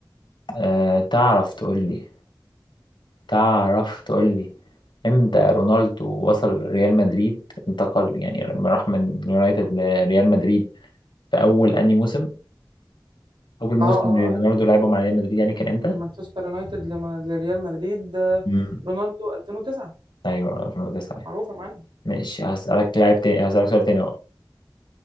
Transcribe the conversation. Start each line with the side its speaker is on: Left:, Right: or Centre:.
Left: أه تعرف تقول لي تعرف تقول لي امتى رونالدو وصل ريال مدريد انتقل يعني لما راح من اليونايتد لريال مدريد في اول انهي موسم اول موسم
Right: اه اه
Left: اللي
Right: آه،
Left: رونالدو
Right: ايوه
Left: لعبه مع ريال مدريد يعني كان امتى؟
Right: من مانشستر يونايتد لما- لريال مدريد آه،
Left: امم
Right: رونالدو 2009
Left: ايوه 2009
Right: معروفة يا معلم
Left: ماشي هسألك لاعب تاني هسألك سؤال تاني